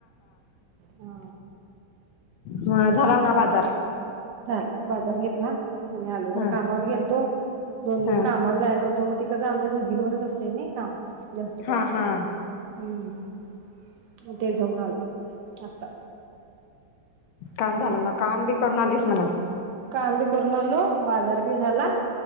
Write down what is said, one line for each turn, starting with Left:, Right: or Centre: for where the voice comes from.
Right: हा.
Left: ह झाला म्हणा बाजार.
Right: झाला बाजार घेतला. हो मी आलोय जरा
Left: ह
Right: कामावर गेलतो दोन दिवस
Left: ह
Right: कामावर जाय नव्हतो मग ती कसं आमच्या दुघींवरच असतय. ते नाहीका जास्त करू
Left: हा
Right: हम्म
Left: हा
Right: हम्म ते जाऊन आल आता
Left: काम
Right: मग
Left: झालं ना काम बी करून आणि हेस मना
Right: काम बी करून अलो बाजार बी झाला